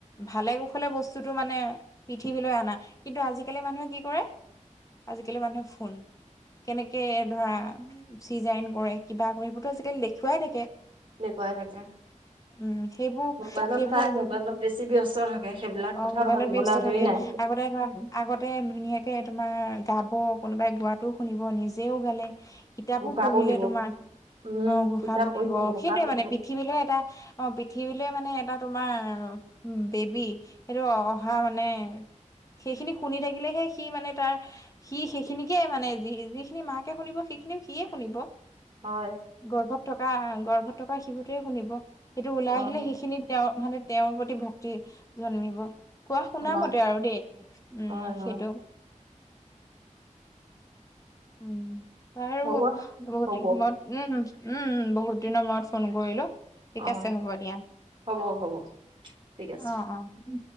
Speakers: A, on the left; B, on the right.
A: ভালে-কুশলে বস্তুতো মানে পৃথিৱী অনা, কিন্তু আজিকালি মানুহে কি কৰে, আজিকালি মানুহে ফোন কেনেকে ধৰা চিজাইন কৰে, কিবা কৰে, সেইবোৰতো আজিকালি দেখুৱাই থাকে।
B: দেখুৱাই থাকে।
A: উম সেইবোৰ,
B: মোবাইলত
A: সেইবোৰ
B: চাই,
A: আজি
B: মোবাইলত বেছি ব্যস্ত থাকে, সেইবিলাক
A: অ'
B: কথা
A: মোবাইলত
B: ভাবিবলৈ
A: ব্যস্ত
B: আজৰি
A: থাকে
B: নাই।
A: আগতে ধৰা আগতে ধুনীয়াকে তোমাৰ গাব কোনোবাই, গোৱাতটোও শুনিব, নিজেও গালে। কিতাপো
B: ঘোষা
A: পঢ়িলে
B: পঢ়িব,
A: তোমাৰ
B: উম,
A: অ' ঘোষা
B: কিতাপ
A: পঢ়িব,
B: ঘোষা
A: সেইটয়ে
B: পঢ়িব,
A: মানে পৃথিৱীলৈ এটা অ' পৃথিৱীলৈ মানে এটা তোমাৰ বেবী, সেইটো অহা মানে সেইখিনি শুনি থাকিলেহে সি মানে তাৰ সি সেই সেই খিনিকে মানে যি যিখিনি মাকে শুনিব, সেইখিনিও সিয়ে শুনিব।
B: হয়,
A: গৰ্ভত থকা গৰ্ভত থকা শিশুটোৱে শুনিব। সেইটো ওলাই
B: উম।
A: আহিলে সেইখিনি তেওঁ মানে তেওঁৰ প্ৰতি ভক্তি জন্মিব। কোৱা শুনা
B: হয়
A: মতে আৰু দেই উম
B: হয় হয়
A: সেইটো। উম' আৰু
B: হ'ব
A: বহুতত
B: হ'ব
A: উম-উম বহুত দিনৰ মূৰত ফোন কৰিলো। ঠিক
B: অ
A: আছে হ'ব দিয়া
B: হ'ব হ'ব ঠিক আছে
A: অ'-অ'।